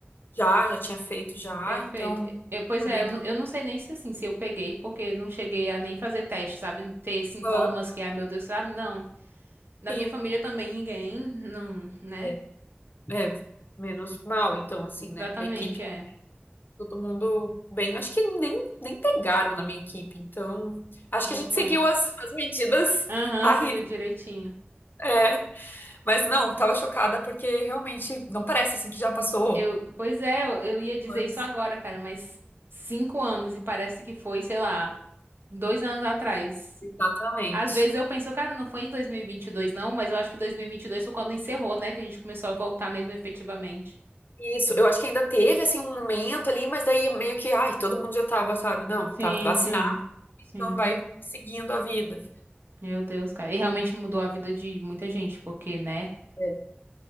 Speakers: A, on the left; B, on the right.
A: Já, já tinha feito já,
B: Perfeito.
A: então
B: Eu- pois
A: foi
B: é,
A: bem
B: eu,
A: tranquilo.
B: não- eu não sei nem se assim, se eu peguei, porque não cheguei a nem fazer teste, sabe? Ter sintomas
A: Ah,
B: que, ai meu Deus, sabe? Não. Da
A: Sim,
B: minha família também ninguém, não, né?
A: é, é, menos mal, então, assim, né?
B: Exatamente,
A: Da equipe,
B: é.
A: todo mundo bem. Acho que nem, nem pegaram na minha equipe, então. Acho
B: Muito
A: que a gente
B: bom.
A: seguiu as, as medidas
B: Aham,
A: a
B: seguiu
A: risca.
B: direitinho.
A: É, mas não, tava chocada porque realmente não parece assim que já passou.
B: Eu, pois é, eu, eu ia dizer
A: anos.
B: isso agora, cara, mas cinco anos e parece que foi, sei lá, dois anos atrás.
A: Exatamente.
B: Às vezes eu penso, cara, não foi em dois mil e e vinte e dois, não, mas eu acho que dois mil e e vinte e dois foi quando encerrou, né, que a gente começou a voltar mesmo efetivamente.
A: Isso, eu acho que ainda teve assim um momento ali, mas daí meio que, ai, todo mundo já tava, sabe? Não,
B: Sim,
A: tá vacinado,
B: sim,
A: então
B: sim.
A: vai seguindo a vida.
B: Meu Deus, cara. E realmente mudou a vida de muita gente, porque, né?
A: É.